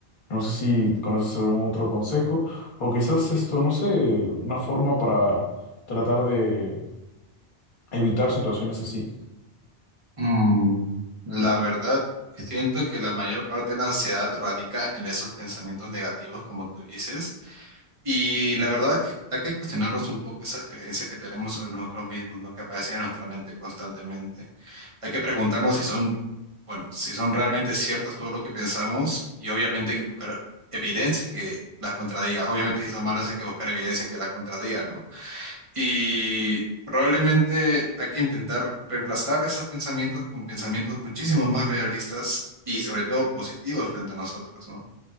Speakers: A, on the left; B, on the right.
A: No sé si conoces algún otro consejo o quizás esto, no sé, una forma para tratar de evitar situaciones así.
B: Mm, la verdad, siento que la mayor parte de la ansiedad radica en esos pensamientos negativos, como tú dices. Y la verdad es que hay que cuestionarnos un poco esas creencias que tenemos sobre nosotros mismos, ¿no? Que aparecen en nuestra mente constantemente. Hay que preguntarnos si son, bueno, si son realmente ciertas todo lo que pensamos y obviamente hay que buscar evidencia que las contradiga. Obviamente si son malas hay que buscar evidencia que las contradiga, ¿no? Y probablemente hay que intentar reemplazar esos pensamientos con pensamientos muchísimo más realistas y sobre todo positivos frente a nosotros, ¿no?